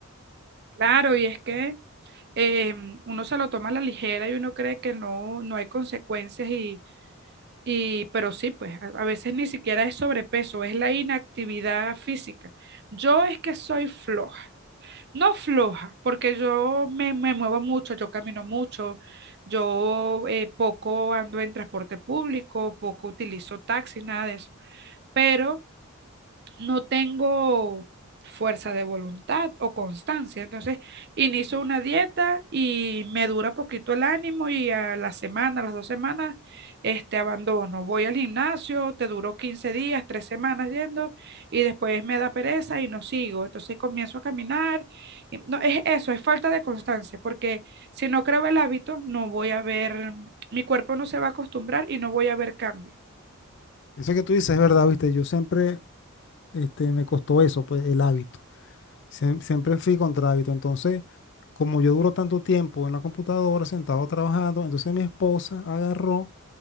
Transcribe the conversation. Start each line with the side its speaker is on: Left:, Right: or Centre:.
Right: Claro, y es que em, uno se lo toma a la ligera y uno cree que no, no hay consecuencias y, y, pero sí, pues a, a veces ni siquiera es sobrepeso, es la inactividad física. Yo es que soy floja. No floja, porque yo me, me muevo mucho, yo camino mucho, yo eh, poco ando en transporte público, poco utilizo taxi, nada de eso. Pero no tengo fuerza de voluntad o constancia. Entonces, inicio una dieta y me dura poquito el ánimo y a la semana, a las dos semanas, este, abandono. Voy al gimnasio, te duró 15 días, tres semanas yendo y después me da pereza y no sigo. Entonces comienzo a caminar. No, es eso, es falta de constancia, porque si no creo el hábito, no voy a ver, mi cuerpo no se va a acostumbrar y no voy a ver cambio.
Left: Eso que tú dices es verdad, viste, yo siempre este, me costó eso, pues, el hábito. Siem- siempre fui contra hábito. Entonces, como yo duro tanto tiempo en la computadora, sentado trabajando, entonces mi esposa agarró